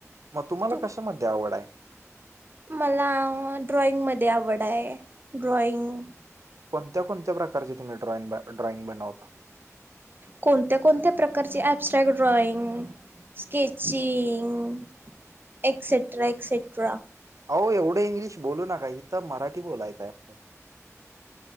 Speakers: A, on the right; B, on the right.
A: मग तुम्हाला
B: तू
A: कशामध्ये आवड आहे.
B: मला ड्रॉइंग मध्ये आवड आहे ड्रॉइंग.
A: कोणत्या कोणत्या प्रकारची तुम्ही ड्रॉइंग ड्रॉइंग बनवता.
B: कोणत्या कोणत्या प्रकारची abstract drawing, sketching etcetera etcetera.
A: अहो, एवढं इंग्लिश बोलू नका हिथ मराठी बोलायचं आहे आपल्या.